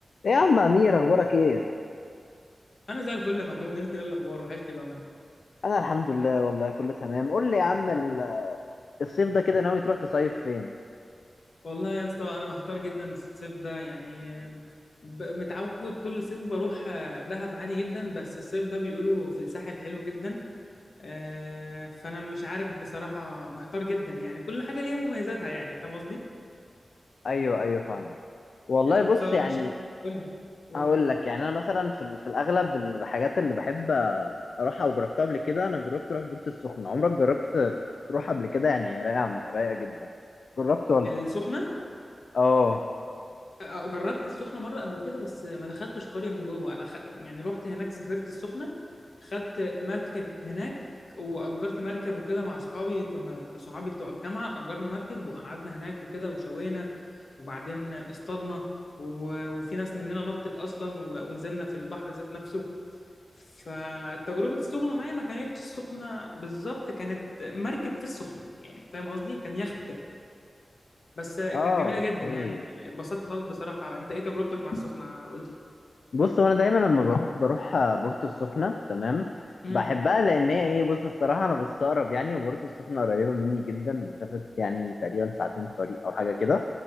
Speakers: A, on the left (about 80°); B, on the left (about 70°).
A: ايه يا عم امير اخبارك ايه
B: انا زي الفل يا محمود انت ايه الاخبار وحشني بامانه
A: انا الحمد لله والله كله تمام قول لي يا عم ال- الصيف ده كده ناوي تروح تصيف فين
B: والله يا اسطى انا محتار جدا الصيف ده يعني ب- متعود كل صيف بروح آه، دهب عادي جدا بس الصيف ده بيقولوا في الساحل حلو جدا آه، فانا مش عارف بصراحه محتار جدا يعني كل حاجه ليها مميزاتها يعني فاهم قصدي
A: ايوه ايوه فاهمك والله
B: آه،
A: بص
B: فمش
A: يعني
B: قول لي قول
A: هقول لك يعني انا مثلا في ال- في الاغلب الحاجات اللي بحب اروحها او جربتها قبل كده انا جربت اروح بورتو السخنه عمرك جربت تروح قبل كده يعني رايقه رايقه جدا جربت ولا
B: السخنه
A: اه
B: آه، جربت السخنة مرة قبل كده بس ما دخلتش قرية من جوه أنا خ... يعني رحت هناك سافرت السخنة خدت مركب هناك وأجرت مركب وكده مع أصحابي كنا صحابي بتوع الجامعة أجرنا مركب وقعدنا هناك وكده وشوينا وبعدين اصطادنا و... وفي ناس مننا نطت أصلا و... ونزلنا في البحر ذات نفسه فتجربة السخنة معايا ما كانتش السخنة بالظبط كانت مركب في السخنة يعني فاهم قصدي كان يخت كده بس كانت
A: اه
B: جميله
A: اوكي
B: جدا يعني اتبسطت خالص بصراحه انت ايه تجربتك مع السخنه قول لي
A: بص هو انا دايما لما بروح بروح آه، بورتو السخنه تمام
B: امم
A: بحبها لان هي ايه بص الصراحه انا بستغرب يعني وبورتو السخنه قريبه مني جدا مسافه يعني تقريبا ساعتين طريق او حاجه كده